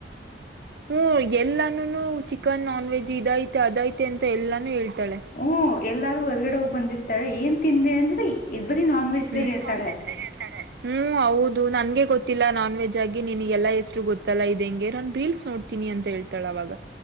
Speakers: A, on the right; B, on the left.
A: ಹ್ಮ್ ಎಲ್ಲಾನು ಚಿಕನ್ ನಾನ್ ವೆಜ್ ಇದ ಐತೆ ಅದ ಐತೆ ಅಂತ ಎಲ್ಲಾನು ಹೇಳ್ತಾಳೆ
B: ಹ್ಮ್ ಎಲ್ಲಾರೂ ಹೊರ್ಗಡೆ ಹೋಗಿ ಬಂದಿರ್ತಾಳೆ ಏನ್ ತಿಂದೆ ಅಂದ್ರೆ ಇ ಬರೀ ನಾನ್ ವೆಜ್
A: ಬರೀ
B: ಹೇಳ್ತಾಳೆ
A: ನಾನ್ ವೆಜ್ಜೆ ಹೇಳ್ತಾಳೆ ಹ್ಮ್ ಹೌದು ನನ್ಗೆ ಗೊತ್ತಿಲ್ಲ ನಾನ್ ವೆಜ್ ಆಗಿ ನಿನಗೆಲ್ಲಾ ಎಷ್ಟರು ಗೊತ್ತಲ್ಲ ಇದದೆಂಗೆ ನ ರೀಲ್ಸ್ ನೋಡ್ ತೀನಿ ಅಂತ ಹೇಳ್ತಾಳೆ ಅವಾಗ